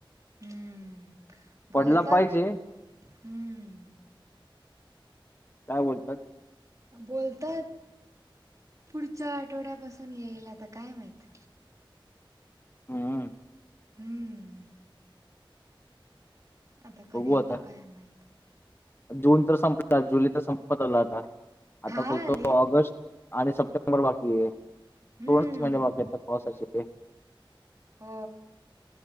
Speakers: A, on the right; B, on the left.
A: हम्म बोलतात
B: पडला पाहिजे
A: हम्म.
B: काय बोलतात?
A: बोलतात पुढच्या आठवड्यापासून येईल तर काय माहित
B: हम्म.
A: हम्म. आता कधी
B: बघू
A: येतो
B: आता.
A: काय माहित.
B: जून तर संपला, जुलै तर संपत आला आता, आता
A: हा
B: फक्त
A: रे
B: ऑगस्ट आणि सप्टेंबर बाकी आहे.
A: हम्म
B: दोनच महिने बाकी आता पावसाचे
A: हो